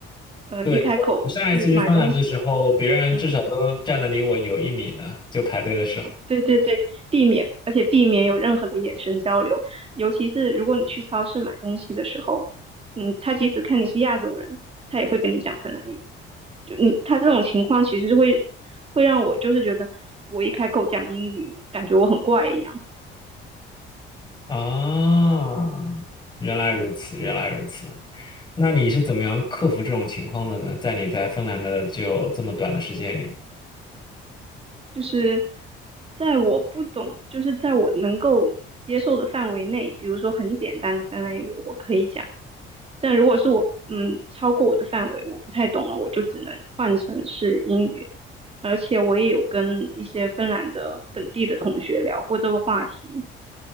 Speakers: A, on the right; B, on the left.
A: 呃，
B: 对，
A: 一开口你去买东西，
B: 我我上一次去芬兰的时候，别人至少都站得离我有一米呢，
A: 嗯。
B: 就排队的时候。
A: 对对对，避免，而且避免有任何的眼神交流，尤其是如果你去超市买东西的时候，嗯，他即使看你是亚洲人，他也会跟你讲芬兰语。就你，他这种情况其实是会会让我就是觉得我一开口讲英语，感觉我很怪一样。
B: 啊，原来如此，原来如此。那你是怎么样克服这种情况的呢？在你在芬兰的就这么短的时间里
A: 就是在我不懂，就是在我能够接受的范围内，比如说很简单的芬兰语我可以讲，但如果是我，嗯，超过我的范围，我不太懂了，我就只能换成是英语。而且我也有跟一些芬兰的本地的同学聊过这个话题，